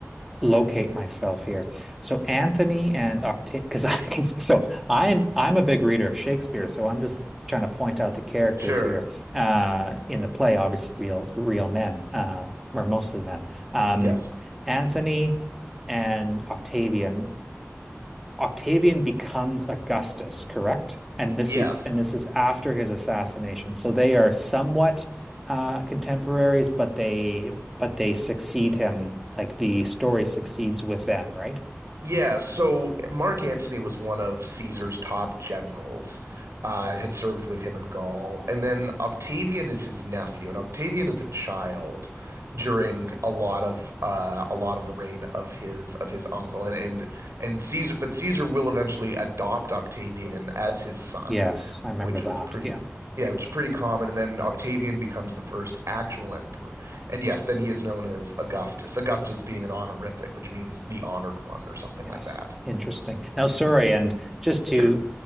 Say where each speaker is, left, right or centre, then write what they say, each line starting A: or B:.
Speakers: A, in the centre; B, on the right.
A: locate myself here. So Anthony and Octave, because I <laughs> so I'm I'm a big reader of Shakespeare, so I'm just trying to point out the characters
B: Sure.
A: here uh, in the play. Obviously, real real men uh, or mostly men. Um,
B: Yes.
A: Anthony and Octavian. Octavian becomes Augustus, correct? And this
B: Yes.
A: is and this is after his assassination. So they are somewhat uh, contemporaries, but they but they succeed him. Like the story succeeds with them, right?
B: Yeah, so Mark Antony was one of Caesar's top generals, uh, had served with him in Gaul. And then Octavian is his nephew, and Octavian is a child during a lot of uh, a lot of the reign of his of his uncle. And and and Caesar but Caesar will eventually adopt Octavian as his son,
A: Yes, I remember
B: which
A: that.
B: was pretty
A: Yeah.
B: yeah, which is pretty common. And then Octavian becomes the first actual emperor. And yes, then he is known as Augustus. Augustus being an honorific, which means the honored one or something
A: Yes,
B: like that.
A: interesting. Now, sorry, and just to
B: Sure.